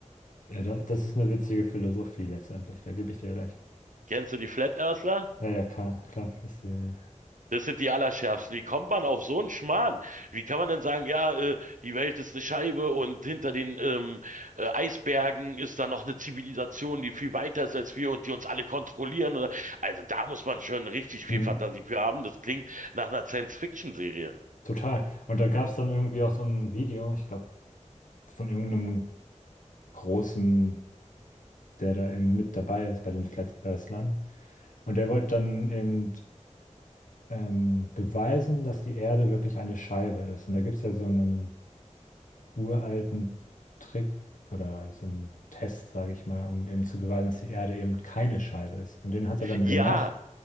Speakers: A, on the left; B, on the right.
A: du? Ja, da- das ist eine witzige Philosophie letztendlich, da gebe ich dir recht.
B: Kennst du die Flat Earthler?
A: Ja, ja, klar, klar, das die,
B: Das sind die Allerschärfsten. Wie kommt man auf so einen Schmarrn? Wie kann man denn sagen, ja, äh, die Welt ist eine Scheibe und hinter den ähm, äh, Eisbergen ist da noch eine Zivilisation, die viel weiter ist als wir und die uns alle kontrollieren? Oder, also da muss man schon richtig viel
A: mhm,
B: Fantasie für haben. Das klingt nach einer Science-Fiction-Serie.
A: total. Und da gab es dann irgendwie auch so ein Video, ich glaube, von irgendeinem großen, der da eben mit dabei ist bei den Flat Earthlern. Und der wollte dann eben ähm, beweisen, dass die Erde wirklich eine Scheibe ist. Und da gibt es ja so einen uralten Trick oder so einen Test, sage ich mal, um eben zu beweisen, dass die Erde eben keine Scheibe ist. Und den hat er dann
B: Ja,
A: gemacht.